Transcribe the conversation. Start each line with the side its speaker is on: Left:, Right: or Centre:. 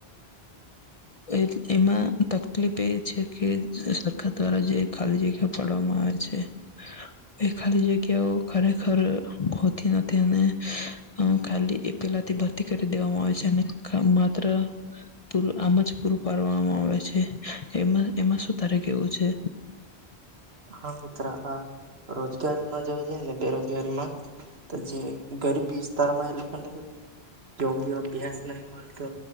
Left: એ અ એમાં તકલીફ એ છે કે સરકાર દ્વારા જે ખાલી જગ્યા પાડવામાં આવે છે એ ખાલી જગ્યાઓ ખરેખર હોતી નથી અને અ ખાલી એ પેલાથી ભરતી કરી દેવામાં આવે છે અને માત્ર પૂરું આમ જ પૂરું પાડવામાં આવે છે એમાં એમાં શું તારે કેવું છે.
Right: હા મિત્ર આ રોજગારીમાં જોવા જઈએ ને બેરોજગારીમાં તો જે ગરીબી તારમાં એ લોકોને યોગ્ય અભ્યાસ નહી મળ. તો